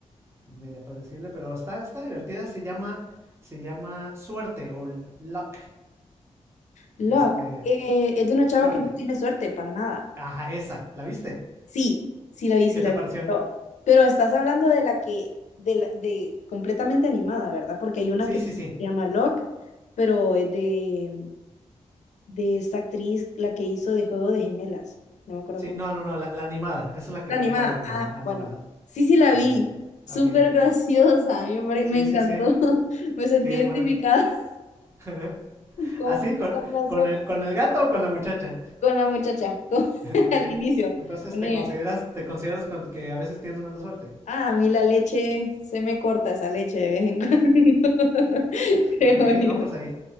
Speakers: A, on the right; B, on the left.
A: media predecible, pero está, está divertida, se llama, se llama Suerte o L- Luck,
B: Lock,
A: este,
B: eh, es de una chava
A: Suerte.
B: que no tiene suerte para nada.
A: Ajá, esa, ¿la viste?
B: Sí, sí la vi, sí
A: ¿Qué
B: la
A: te
B: vi.
A: pareció?
B: Pero, pero estás hablando de la que, de, la- de completamente animada, ¿verdad? Porque hay una
A: Sí,
B: que se
A: sí, sí.
B: llama Lock, pero es de, de esta actriz, la que hizo de Juego de Gemelas. No me acuerdo
A: Sí,
B: cómo.
A: no, no, no, la, la animada, esa es la que
B: La animada.
A: acabo de ver
B: Ah,
A: yo, la animada.
B: bueno. Sí, sí la
A: Con
B: vi.
A: la gatita.
B: Súper
A: Ah, Ok, ok.
B: graciosa. A mí me, pare-
A: Sí,
B: me encantó.
A: sí, sí.
B: <laughs> Me sentí
A: Sí, es
B: identificada
A: buena. <laughs>
B: <laughs> como
A: ¿Así?
B: con,
A: ¿Con,
B: con la,
A: con, el, ¿Con el gato o con la muchacha?
B: con la muchacha, con,
A: <laughs>
B: <laughs>
A: ok.
B: al inicio,
A: Entonces
B: con
A: te
B: ella.
A: consideras, te consideras con- que a veces tienes mala suerte.
B: Ah, a mí la leche, se me corta esa leche de vez en cuando, <laughs> creo
A: Ok,
B: yo.
A: no, pues ahí.